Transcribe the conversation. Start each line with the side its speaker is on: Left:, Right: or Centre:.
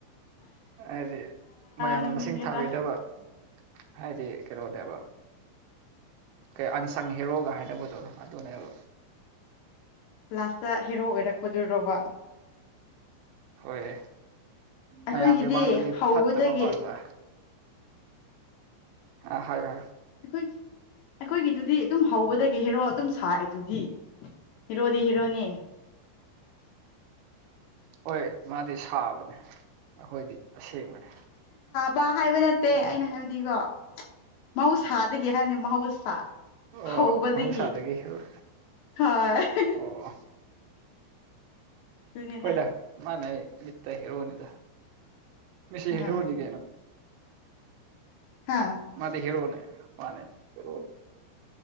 Right: ꯍꯥꯏꯗꯤ ꯃꯌꯥꯝꯅ
Left: ꯅꯣꯛꯅꯤꯡꯉꯤꯗ
Right: ꯃꯁꯤꯡ ꯊꯥꯕꯤꯗꯕ ꯍꯥꯏꯗꯤ ꯀꯔꯣꯗꯦꯕ ꯀꯩ ꯑꯟꯁꯪ ꯍꯦꯔꯣꯒ ꯍꯥꯏꯅꯕꯗꯣ ꯑꯗꯨꯅꯦꯕ
Left: ꯂꯥꯁꯇ ꯍꯦꯔꯣ ꯑꯣꯏꯔꯛꯄꯗꯨꯔꯣꯔꯕ
Right: ꯍꯣꯏ
Left: ꯑꯩꯈꯣꯏꯒꯤꯗꯤ
Right: ꯃꯌꯥꯝꯒꯤ ꯃꯃꯥꯡꯗꯗꯤ
Left: ꯍꯧꯕꯗꯒꯤ
Right: ꯐꯠꯇꯕ ꯃꯥꯜꯂ ꯑ ꯍꯥꯏ ꯍ
Left: ꯑꯩꯈꯣꯏ ꯑꯩꯈꯣꯏꯒꯤꯗꯨꯗꯤ ꯑꯗꯨꯝ ꯍꯒꯗꯒꯦ ꯍꯔꯣ ꯑꯗꯨꯝ ꯁꯥꯏꯑꯦ ꯑꯗꯨꯗꯤ ꯍꯤꯔꯣꯗꯤ ꯍꯤꯔꯣꯅꯤ
Right: ꯍꯣꯏ ꯃꯥꯗꯤ ꯁꯥꯕꯅꯦ ꯑꯩꯈꯣꯏꯗꯤ ꯑꯁꯦꯡꯕꯅꯤ
Left: ꯕꯥ ꯍꯥꯏꯕ ꯅꯠꯇꯦ ꯑꯩꯅ ꯍꯥꯏꯕꯗꯤꯀꯣ ꯃꯍꯧꯁꯥꯗꯒꯤ ꯍꯥꯏꯔꯅꯤ ꯃꯍꯧꯁꯥ
Right: ꯑꯣ
Left: ꯍꯧꯕꯗꯒꯤ
Right: ꯃꯍꯧꯁꯥꯗꯒꯤ ꯍꯦꯔꯣ
Left: ꯍꯣꯏ
Right: ꯑꯣ
Left: ꯑꯗꯨꯅꯤꯗ
Right: ꯍꯣꯏꯗ ꯃꯥꯥꯏ ꯃꯥꯏ ꯂꯤ ꯇꯔꯣꯅꯤꯗ ꯃꯤꯁꯤꯦꯕꯣꯅꯤ
Left: ꯑ
Right: ꯀꯦꯅ
Left: ꯍꯥ
Right: ꯃꯥꯗꯤ ꯍꯤꯔꯅꯦ ꯃꯥꯅꯦ ꯍꯤꯔꯅꯦ